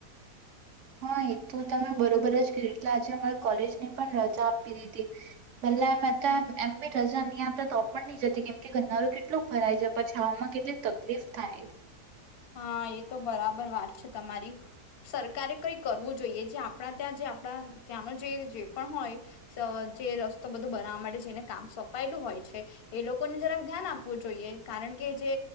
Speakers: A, on the right; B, on the left.
A: હા એ તો તમે બરોબર જ કર્યું એટલે આજે અમારે કોલેજ ની પણ રજા આપી દીધી ભલે એમમ એમ બી રજા અહીં તો પણ નહી જતી કેમ કે ઘરનારું કેટલું ભરાઈ જ પછીવામાં કેટલી તકલીફ થાય
B: હા એ તો બરાબર વાત છે તમારી સરકારે કઈ કરવું જોઈએ જે આપણા ત્યાં જે આપણા ત્યાંનો જે પણ હોય જે રસ્તો બધો બનાવવા માટે જેને કામ સોંપાયેલું હોય છે એ લોકોને જરાક ધ્યાન આપવું જોઈએ કારણ કે જે